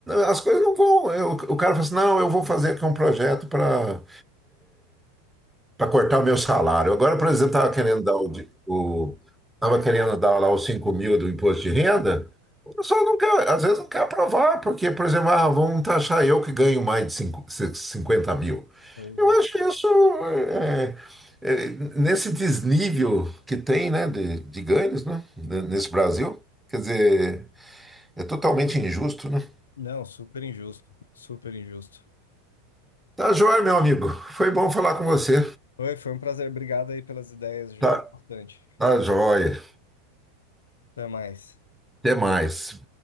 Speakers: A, in the centre; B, on the left.
A: as coisas não vão. eu- o cara fala assim, não, eu vou fazer aqui um projeto para para cortar o meu salário. Agora, por exemplo, estava querendo dar o, de- o tava querendo dar lá os 5 mil do imposto de renda, o pessoal não quer, às vezes não quer aprovar, porque, por exemplo, ah, vão taxar eu que ganho mais de cinco- c- 50 mil.
B: Pois
A: Eu
B: é.
A: acho isso é, é, nesse desnível que tem, né, de, de ganhos, né, n- nesse Brasil, quer dizer, é totalmente injusto, né?
B: Não, super injusto, super injusto.
A: Tá joia, meu amigo. Foi bom falar com você.
B: Oi, foi um prazer, obrigado aí pelas ideias, ajudou
A: Tá,
B: bastante.
A: tá joia.
B: Até mais.
A: Até mais.